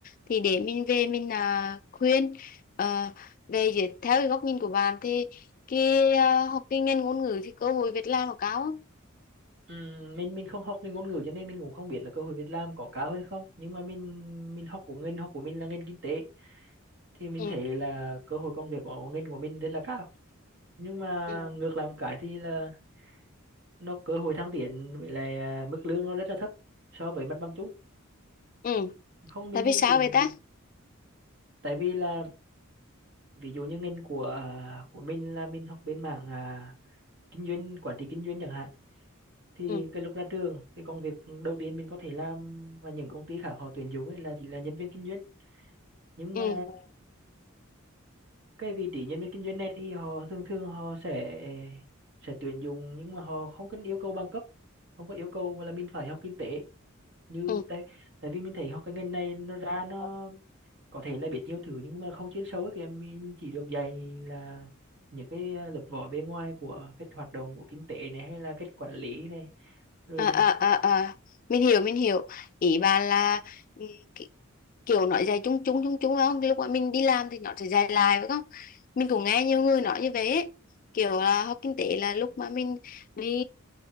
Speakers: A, on the left; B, on the right.
A: thì để mình về mình ờ, khuyên ờ, về dưới theo cái góc nhìn của bạn thì cái ờ, học cái ngành ngôn ngữ thì cơ hội việc làm nó cao không?
B: Ừm, mình mình không học cái ngôn ngữ cho nên mình cũng không biết là cơ hội việc làm có cao hơn không nhưng mà mình mình học của ngành học của mình là ngành kinh tế thì mình
A: ừ
B: thấy là cơ hội công việc của ngành của mình rất là cao nhưng mà
A: ừ
B: ngược lại một cái thì là nó cơ hội thăng tiến với lại à, mức lương nó rất là thấp so với mặt bằng chung
A: ừ
B: không mình
A: tại vì
B: mình
A: sao
B: cũng
A: vậy ta
B: tại vì là ví dụ như ngành của à, của mình là mình học bên mảng à, kinh doanh quản trị kinh doanh chẳng hạn thì
A: ừ
B: cái lúc ra trường cái công việc đầu tiên mình có thể làm mà những công ty khác họ tuyển dụng ấy là chỉ là nhân viên kinh doanh nhưng mà
A: ừ
B: cái vị trí nhân viên kinh doanh này thì họ thường thường họ sẽ sẽ tuyển dụng nhưng mà họ không cần yêu cầu bằng cấp không có yêu cầu mà là mình phải học kinh tế như
A: ừ
B: tại tại vì mình thấy học cái ngành này nó ra nó
A: À,
B: có thể là biết nhiều thứ nhưng mà không chuyên sâu ấy kìa mình, mình chỉ được dạy là những cái à, lớp vỏ bề ngoài của cách hoạt động của kinh tế này hay là cách quản lý này rồi
A: à, à, à. Mình hiểu mình hiểu ý bà là ừ, ki- kiểu nói dài chung chung chung chung phải không lúc mà mình đi làm thì nó sẽ dài lại phải không mình cũng nghe nhiều người nói như vậy ấy. kiểu là học kinh tế là lúc mà mình đi